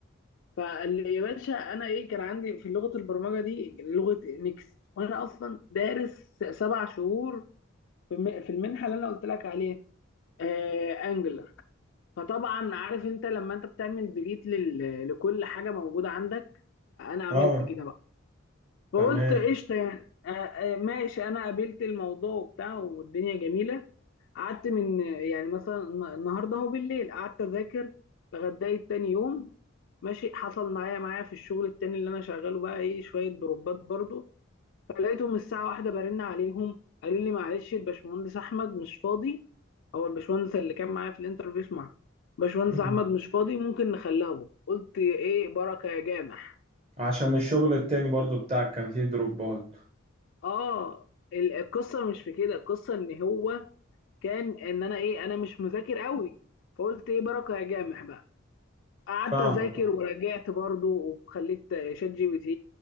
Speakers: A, on the left (about 65°); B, on the right (about 30°).
A: فقال لي يا باشا انا ايه كان عندي في لغه البرمجه دي لغه نيكست وانا اصلا دارس سبع شهور في الم- في المنحه اللي انا قلت لك عليها آه انجلر فطبعا عارف انت لما انت بتعمل ديليت لل... لكل حاجه موجوده عندك انا عملت
B: اه
A: كده بقى فقلت
B: تمام
A: قشطه يعني آه، آه، ماشي انا قابلت الموضوع وبتاع والدنيا جميله قعدت من يعني مثلا الن- النهارده هو بالليل قعدت اذاكر لغايه تاني يوم ماشي حصل معايا معايا في الشغل التاني اللي انا شغاله بقى ايه شويه دروبات برضو فلقيتهم الساعة واحدة برن عليهم قالوا لي معلش الباشمهندس أحمد مش فاضي هو الباشمهندس اللي كان معايا في الانترفيو اسمع باشمهندس
B: مم.
A: أحمد مش فاضي ممكن نخليه بكرة قلت إيه بركة يا جامح
B: عشان الشغل التاني برضو بتاعك كان فيه دروبات
A: آه ال- القصة مش في كده القصة إن هو كان إن أنا إيه أنا مش مذاكر قوي فقلت إيه بركة يا جامح بقى قعدت
B: فاهمك
A: أذاكر
B: اه
A: ورجعت برضه وخليت شات جي بي تي